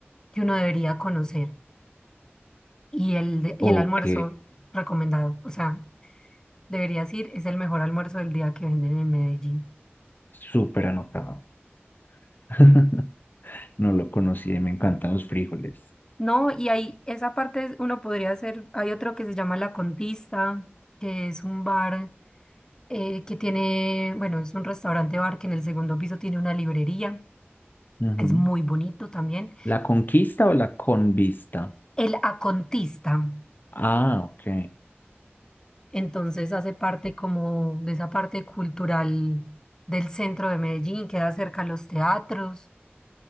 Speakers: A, on the left; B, on the left.
A: que uno debería conocer. Y el, de- y
B: Ok,
A: el almuerzo recomendado, o sea, deberías ir, es el mejor almuerzo del día que venden en Medellín.
B: súper anotado. <laughs> No lo conocí, me encantan los frijoles.
A: No, y ahí esa parte es uno podría hacer, hay otro que se llama La Contista, que es un bar. eh, que tiene, bueno, es un restaurante bar que en el segundo piso tiene una librería,
B: Ujú.
A: es muy bonito también.
B: ¿La conquista o la convista?
A: El Acontista,
B: Ah, ok.
A: entonces hace parte como de esa parte cultural del centro de Medellín, queda cerca a los teatros,